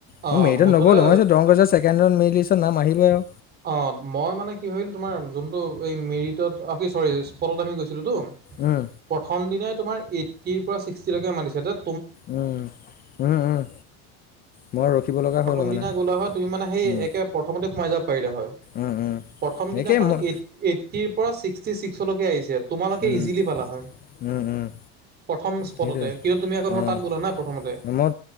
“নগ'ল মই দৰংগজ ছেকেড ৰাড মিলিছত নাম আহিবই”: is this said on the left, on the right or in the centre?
Left